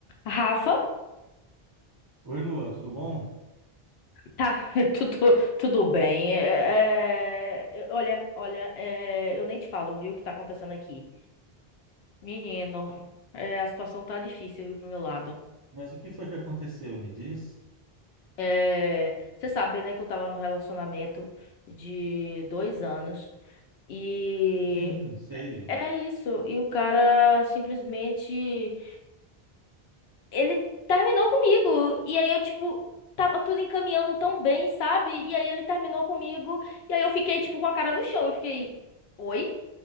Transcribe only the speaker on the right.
Oi, Lua, tudo bom?
Mas o que foi que aconteceu? Me diz?
Sim, sei.